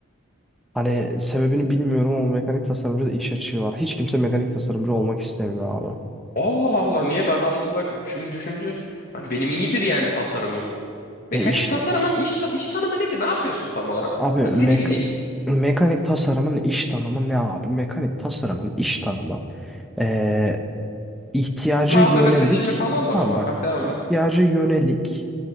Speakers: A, in the centre; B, on the left.
A: Hani sebebini bilmiyorum ama mekanik tasarımcı da iş açığı var. Hiç kimse mekanik tasarımcı olmak istemiyor abi.
B: Allah Allah niye ben aslında şimdi düşünce hani benim iyidir yani tasarımım. Mekanik
A: E işte
B: tasarımın iş, ta- iş tanımı ne ki? Ne yapıyorsun tam olarak?
A: abi
B: Hadi
A: mek
B: bildiğin
A: mekanik tasarımın iş tanımı ne abi? Mekanik tasarımın iş tanımı e, ihtiyaca
B: malzeme
A: yönelik
B: seçimi falan da
A: tamam
B: mı var?
A: bak
B: Heh, devam
A: ihtiyaca
B: et.
A: yönelik